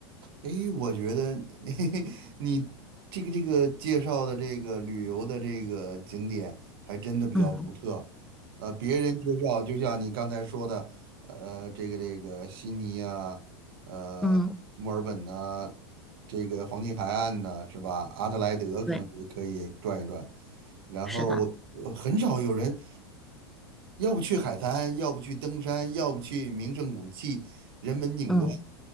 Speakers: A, on the right; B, in the centre.
A: 诶，我觉得 <laughs> 你这个这个介绍的这个旅游的这个景点还真的比较独特，
B: 嗯
A: 呃，别人介绍就像你刚才说的，呃，这个这个悉尼啊，呃，
B: 嗯，
A: 墨尔本呐、这个黄金海岸呐、是吧？阿德莱德可能也可以转一转，
B: 对，
A: 然后呃很少有人
B: 是的，
A: 要不去海滩，要不去登山，要不去名胜古迹，人文景观。
B: 嗯。